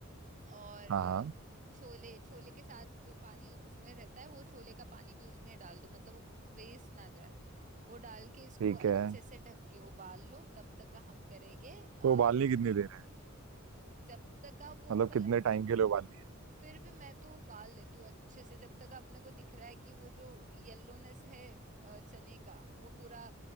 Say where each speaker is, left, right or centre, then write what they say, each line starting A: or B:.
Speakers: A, on the right (about 40°); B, on the right (about 70°).
A: और
B: हाँ
A: अ,
B: हाँ
A: छोले छोले के साथ जो पानी उसमें रहता है वो छोले का पानी भी उसमें डाल दो मतलब वो वेस्ट ना जाए वो डाल के इसको
B: ठीक
A: अच्छे
B: है
A: से ढक के उबाल लो तब तक का हम करेंगे अ,
B: तो उबालनी कितनी देर है
A: जब तक का वो
B: मतलब
A: मतलब
B: कितने टाइम के लिए उबालनी है
A: फिर भी मैं तो उबाल लेती हूँ अच्छे से जब तक अपने को दिख रहा है कि वो जो येलोनेस है अ, चने का वो पूरा